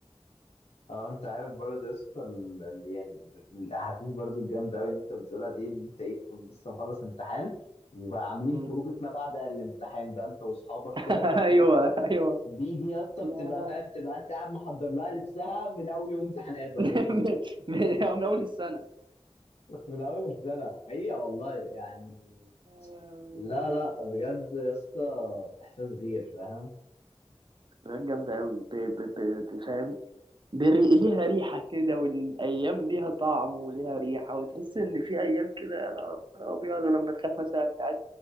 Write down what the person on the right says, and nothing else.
مم.
<laughs>
ايوه ايوه
يا
<laughs>
من من- من اول السنه
يا لهوي.
حاجات جامده قوي فاهم بري... ليها ريحة كده والأيام ليها طعم وليها ريحة وتحس إن في أيام كده يا نهار أبيض ولما تخاف مثلا ساعات